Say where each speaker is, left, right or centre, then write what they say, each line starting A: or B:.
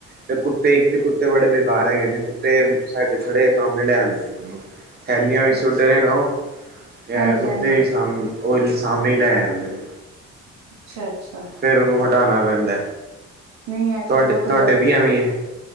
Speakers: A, on the right; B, on the right.
A: ਤੇ ਕੁੱਤੇ ਇੱਕ ਤੇ ਕੁੱਤੇ ਬੜੇ ਬੇਕਾਰ ਹੈਗੇ ਨੇ ਕੁੱਤੇ ਸਾਡੇ ਥੜੇ ਦੇ ਸਾਹਮਣੇ ਲੈ ਆਂਦੇ ਨੇ ਓਨੂੰ। ਥੈਲੀਆਂ ਵਿੱਚ
B: ਅੱਛਾ
A: ਸੁੱਟਦੇ ਨੇ ਉਹਨੂੰ ਤੇ
B: ਹਾਂਜੀ
A: ਕੁੱਤੇ
B: ਹਾਂਜੀ
A: ਓ ਸਾਮ ਓ ਸਾਮਣੇ ਲੈ ਆਦੇਂ ਨੇ ਓਹੰਨੂ।
B: ਅੱਛਾ -ਅੱਛਾ।
A: ਫੇਰ ਓਨੂੰ ਹਟਾਣਾ ਪੈਂਦਾ।
B: ਨਈ ਐ
A: ਤੁਹਾਡੇ
B: ਤਾਂ ਬੋਤ
A: ਤੁਹਾਡੇ
B: ਗ਼ਲਤ
A: ਵੀ ਐਵੇਂ
B: ਐ।
A: ਹੀ ਹੈ